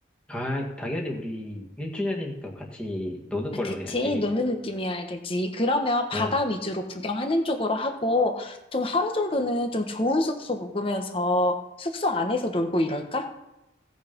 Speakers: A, in the centre; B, on the left.
A: 아, 당연히 우리 1주년이니까 같이 노는
B: 아,
A: 걸로
B: 그치.
A: 해야지.
B: 노는 느낌이어야 되지. 그러면
A: 그럼,
B: 바다 위주로 구경하는 쪽으로 하고, 좀 하루 정도는 좀 좋은 숙소 묵으면서 숙소 안에서 놀고 이럴까?